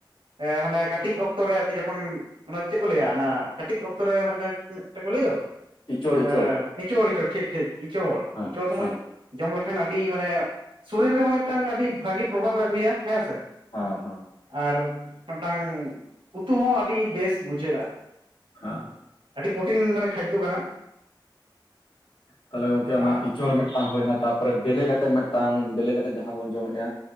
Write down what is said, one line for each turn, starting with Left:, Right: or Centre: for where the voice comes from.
Right: ᱦᱮ ᱚᱱᱮ ᱠᱟᱹᱴᱤᱡ ᱚᱠᱛᱚ ᱨᱮ ᱟᱨᱠᱤ ᱡᱚᱠᱷᱚᱱ ᱚᱱᱟ ᱪᱮᱫ ᱠᱚ ᱞᱟᱹᱭᱟ ᱚᱱᱟ ᱠᱟᱹᱴᱤᱡ ᱚᱠᱛᱚ ᱨᱮ ᱢᱤᱫᱴᱮᱱ ᱠᱚ ᱞᱟᱹᱭ ᱫᱚ,
Left: ᱤᱪᱚᱲ ᱤᱪᱚᱲ
Right: ᱮᱻ ᱤᱪᱚᱲ ᱤᱪᱚᱲ ᱴᱷᱤᱠ ᱴᱷᱤᱠ ᱤᱪᱚᱲ
Left: ᱦᱮᱸ
Right: ᱤᱪᱚᱲ ᱥᱚᱢᱚᱭ
Left: ᱦᱮᱸ
Right: ᱡᱚᱢ ᱞᱮᱠᱷᱟᱱ ᱟᱹᱰᱤ ᱢᱟᱱᱮ ᱥᱚᱨᱤᱨ ᱨᱮᱦᱚᱸ ᱢᱤᱫᱴᱟᱝ ᱟᱹᱰᱤ ᱵᱷᱟᱹᱜᱤ ᱯᱨᱚᱵᱷᱟᱵᱽ ᱮ ᱟᱹᱜᱩᱭᱟ ᱦᱮᱸ ᱥᱮ᱾
Left: ᱦᱮᱸ ᱦᱮᱸ
Right: ᱟᱨ ᱢᱤᱫᱴᱟᱝ ᱩᱛᱩ ᱦᱚᱸ ᱟᱹᱰᱤ ᱵᱮᱥ ᱵᱩᱡᱷᱟᱹᱜᱼᱟ᱾
Left: ᱦᱮᱸ
Right: ᱯᱨᱚᱴᱤᱱ ᱢᱟᱱᱮ ᱠᱷᱟᱫᱽᱫᱚ ᱠᱟᱱᱟ᱾
Left: ᱛᱟᱦᱚᱞᱮ ᱜᱚᱝᱠᱮ
Right: ᱟᱨ
Left: ᱚᱱᱟ ᱤᱪᱟᱹᱲ ᱢᱮ ᱦᱳᱭᱱᱟ ᱛᱟᱨᱯᱚᱨᱮ ᱵᱮᱞᱮ ᱠᱟᱛᱮᱫ ᱢᱤᱫᱴᱟᱝ ᱵᱮᱞᱮ ᱠᱟᱛᱮᱫ ᱡᱟᱦᱟᱸ ᱵᱚᱱ ᱡᱚᱢᱮᱫᱼᱟ᱾